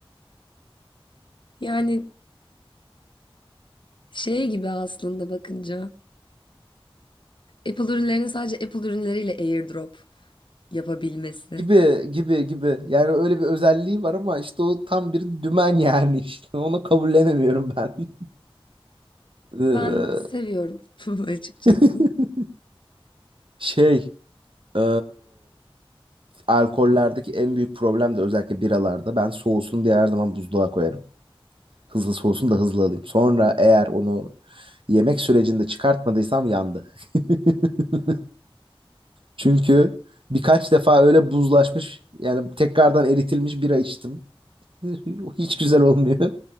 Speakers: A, on the left; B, on the right.
A: Yani Şey gibi aslında bakınca. Apple ürünlerinin sadece Apple ürünleriyle AirDrop yapabilmesi.
B: Gibi gibi gibi. Yani öyle bir özelliği var ama işte o tam bir dümen <laughs> yani işte. Onu kabullenemiyorum ben. <laughs> Ee,
A: Ben seviyorum <laughs> açıkçası.
B: <laughs> Şey, e, alkollerdeki en büyük problem de özellikle biralarda. Ben soğusun diye her zaman buzluğa koyarım. Hızlı soğusun da hızlı alayım. Sonra eğer onu yemek sürecinde çıkartmadıysam yandı. <laughs> Çünkü birkaç defa öyle buzlaşmış yani tekrardan eritilmiş bira içtim. <laughs> Hiç güzel olmuyor.